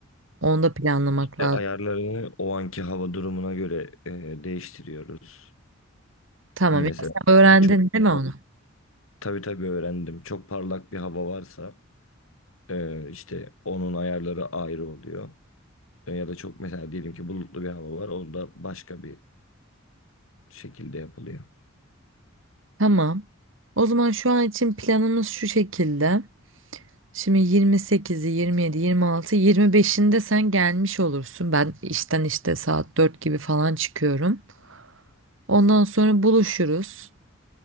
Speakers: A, on the right; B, on the left.
A: Onu da planlamak
B: İşte
A: lazım.
B: ayarlarını o anki hava durumuna göre e, değiştiriyoruz.
A: Tamam
B: Hani mesela
A: ya sen öğrendin
B: çok
A: değil
B: parlak,
A: mi onu?
B: tabii tabii öğrendim. Çok parlak bir hava varsa e, işte onun ayarları ayrı oluyor. Ya da çok mesela diyelim ki bulutlu bir hava var. O da başka bir şekilde yapılıyor.
A: Tamam. O zaman şu an için planımız şu şekilde. Şimdi 28'i, 27, 26, 25'inde sen gelmiş olursun. Ben işten işte saat 4 gibi falan çıkıyorum. Ondan sonra buluşuruz.